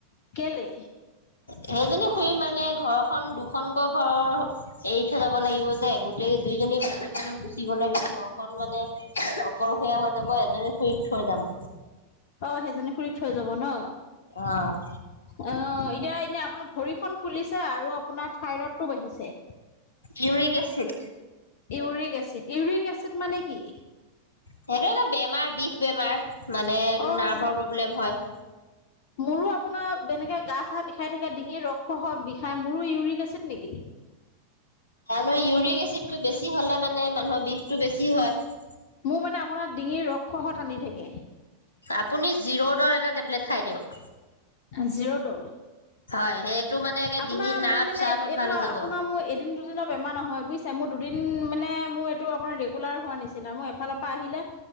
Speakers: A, on the left (about 50°); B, on the left (about 75°).
A: কেলে?
B: সেইজনী খুড়ী মানে ঘৰখন দুখনকৈ ঘৰৰ এৰি থৈ যাব লাগিব যে যে গোটেই দুইজনী মাইকী মানুহ গুচি যায় গুচি গে ঘৰখন মানে অকলশৰীয়া হৈ যাব এজনী খুড়ীক থৈ যাম।
A: অ'হ সেইজনী খুুৰীক থৈ যাব ন'।
B: অহ
A: অহ' এতিয়া এনে আপোনাৰ ভৰিখন ফুলিছে আৰু আপোনাৰ থাই ৰডটো বাঢ়িছে।
B: Uric acid
A: uric acid uric acid মানে কি
B: সেইটো এটা বেমাৰ বিষ বেমাৰ মানে এইটো
A: অ
B: নাৰ্ভৰ
A: বে
B: প্ৰব্লেম হয়
A: মোৰো আপোনাৰ যেনেকে গা চা বিষাই থাকে ডিঙিৰ ৰস হ বিষাই মোৰো ইউৰিক এচিড নেকি
B: মানুহৰ ইউৰিক এচিডতটো বেছি হ'লে মানে মানুহৰ বিষটো বেছি হয়
A: মোৰ মানে আপোনাৰ ডিঙিৰ ৰসত টানি থাকে
B: আপুনি জিৰ'ডাৰএটা টেবলেট খাই দিয়ক
A: অহ জিঅ' দ'।
B: হয় সেইটো মানে একে
A: আপোনাৰ
B: ডিঙিৰ নাৰ্ভ
A: মোৰ মানে
B: চাৰ্ভত
A: এইটো
B: ভাল হৈ যাব।
A: আপোনাৰ মোৰ এদিন দুদিনত বেমাৰ নহয় বুজিছে মোৰ দুদিন মানে মোৰ এইটো আপোনাৰ ৰেগুলাৰ হোৱা নিচিনা মই এফালৰ পৰা আহিলে